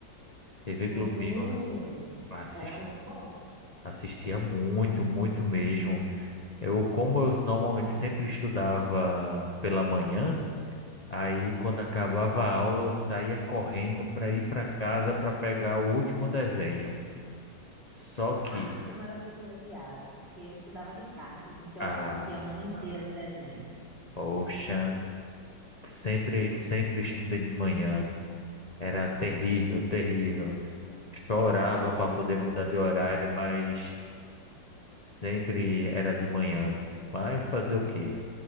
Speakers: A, on the left; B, on the right.
A: TV
B: Sim,
A: Globinho, assisti-
B: era muito bom.
A: assistia muito, muito mesmo. Eu, como eu normalmente sempre estudava pela manhã, aí quando acabava a aula eu saía correndo para ir para casa para pegar o último desenho. Só que,
B: Ah, você não era privilegiado, porque eu estudava de tarde, então
A: ah,
B: eu assistia a manhã inteira de desenho.
A: poxa, sempre, sempre estudei de manhã. Era terrível, terrível. Chorava para poder mudar de horário, mas sempre era de manhã. Mas fazer o quê?